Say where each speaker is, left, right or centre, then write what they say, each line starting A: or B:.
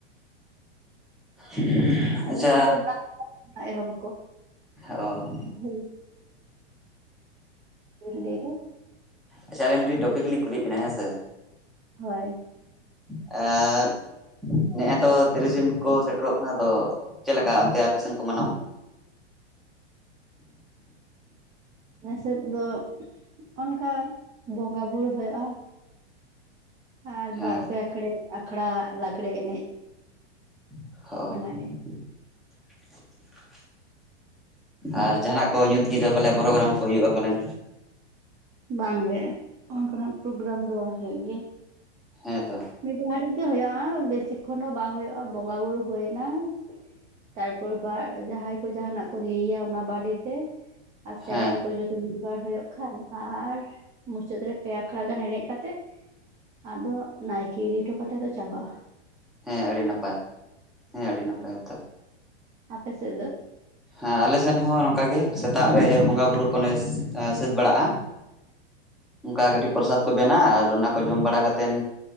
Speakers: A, in the centre; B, on the right (about 20°).
A: <inaudible> ᱟᱪᱪᱷᱟ
B: ᱟᱞᱮ ᱥᱮᱱ ᱫᱚ ᱫᱟᱜ ᱞᱮᱠᱷᱟᱡ ᱮᱦᱚᱵᱟᱠᱚ
A: ᱚ
B: <inaudible> ᱦᱩᱸ <inaudible> ᱞᱟᱹᱭ ᱫᱟ
A: ᱟᱪᱪᱷᱟ ᱟᱹᱞᱤᱧ ᱢᱤᱫᱴᱤᱡ ᱴᱚᱯᱤᱠ ᱞᱤᱧ ᱠᱩᱞᱮᱭᱮᱫ ᱵᱮᱱᱟ ᱦᱮᱸ ᱥᱮ
B: ᱦᱳᱭ
A: ᱟᱨ ᱱᱮᱜ-ᱮᱛᱚ ᱛᱤᱨᱤᱥ ᱡᱩᱱ ᱠᱚ ᱥᱮᱴᱮᱨᱚᱜ ᱠᱟᱱᱟ ᱟᱫᱚ ᱪᱮᱫᱞᱮᱠᱟ ᱚᱱᱛᱮ ᱟᱯᱮ ᱥᱮᱱ ᱠᱚ ᱢᱟᱱᱟᱣᱟ
B: ᱱᱟᱥᱮᱫ ᱫᱚ ᱚᱱᱠᱟ ᱵᱚᱸᱜᱟ ᱵᱳᱨᱳ ᱦᱩᱭᱩᱜ-ᱟ ᱟᱨ
A: ᱦᱮᱸ
B: ᱵᱟᱨᱯᱮ ᱟᱠᱷᱲᱮᱡ ᱟᱠᱷᱲᱟ ᱞᱟᱜᱽᱬᱮ ᱮᱱᱮᱡ
A: ᱦᱚᱸ
B: ᱚᱱᱟᱜᱮ
A: ᱟᱨ ᱡᱟᱦᱟᱱᱟᱜ ᱠᱚ ᱧᱩᱛ ᱧᱤᱸᱫᱟᱹ ᱯᱟᱞᱮ ᱯᱨᱳᱜᱨᱟᱢ ᱠᱚ ᱦᱩᱭᱩᱜ-ᱟ ᱯᱟᱞᱮᱱ
B: ᱵᱟᱝᱜᱮ ᱚᱱᱠᱟᱱᱟᱜ ᱯᱨᱳᱜᱨᱟᱢ ᱫᱚ ᱵᱟᱝ ᱦᱩᱭᱩᱜ ᱜᱮᱭᱟ
A: ᱦᱮᱸ ᱛᱚ
B: ᱢᱤᱫ ᱜᱷᱟᱹᱲᱤᱡ ᱜᱮ ᱦᱩᱭᱩᱜ-ᱟ ᱵᱮᱥᱤᱠᱷᱚᱱ ᱦᱚᱸ ᱵᱟᱝ ᱦᱩᱭᱩᱜ-ᱟ ᱵᱚᱸᱜᱟ ᱵᱩᱨᱩ ᱦᱩᱭᱮᱱᱟ ᱛᱟᱨᱯᱚᱨ ᱵᱟ ᱡᱟᱦᱟᱸᱭ ᱠᱚ ᱡᱟᱦᱟᱱᱟᱜ ᱠᱚ ᱞᱟᱹᱭᱟ ᱚᱱᱟ ᱵᱟᱨᱮᱛᱮ ᱟᱨ ᱥᱮᱨᱮᱧ
A: ᱦᱮᱸ
B: ᱠᱚ ᱡᱚᱫᱤ ᱱᱤᱨᱵᱟᱨ ᱦᱩᱭᱩᱜ ᱠᱷᱟᱱ᱾ ᱟᱨ ᱢᱩᱪᱟᱹᱫ ᱨᱮ ᱯᱮ ᱟᱠᱷᱲᱟ ᱜᱟᱱ ᱮᱱᱮᱡ ᱠᱟᱛᱮᱜ᱾ ᱟᱫᱚ ᱱᱟᱭᱠᱮ ᱤᱫᱤ ᱦᱚᱴᱚ ᱠᱟᱛᱮᱫᱚ ᱪᱟᱵᱟᱜ-ᱟ᱾
A: ᱦᱮᱸ ᱟᱹᱰᱤ ᱱᱟᱯᱟᱭ ᱦᱮᱸ ᱟᱹᱰᱤ ᱱᱟᱯᱟᱭᱛᱚ
B: ᱟᱯᱮ ᱥᱮᱫ ᱫᱚ?
A: ᱦᱮᱸ ᱟᱞᱮ ᱥᱮᱱ ᱦᱚᱸ ᱚᱝᱠᱟ ᱜᱮ ᱥᱮᱛᱟᱜ ᱨᱮ ᱵᱚᱸᱜᱟ-ᱵᱩᱨᱩ ᱠᱚᱞᱮ ᱮᱸ ᱥᱟᱹᱛ ᱵᱟᱲᱟᱜ-ᱟ᱾ ᱚᱱᱠᱟ ᱠᱟᱹᱴᱤᱡ ᱯᱨᱚᱥᱟᱫ ᱠᱚ ᱵᱮᱱᱟᱣ ᱟᱨ ᱚᱱᱟ ᱠᱚ ᱡᱚᱢ ᱵᱟᱲᱟ ᱠᱟᱛᱮᱱ᱾